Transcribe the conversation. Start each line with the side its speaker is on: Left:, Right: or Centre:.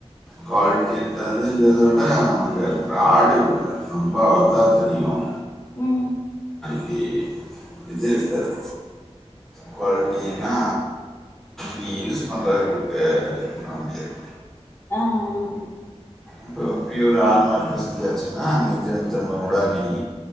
Centre: குவாலிட்டி இருக்காதுங்கறத விட உனக்கு ப்ராடு ரொம்ப இதா தெரியும்
Left: ம்
Centre: இப்டி இது இருக்காது குவாலிட்டினா நீ யூஸ் பண்ற கொக்க எதும் பண்ண முடியாது
Left: ஆஹ் ஆஹ்
Centre: இப்ப பியூர் ஆள்மாக்ல செஞ்சாச்சுன்னா நீன் திரும்ப திரும்ப கூட நீ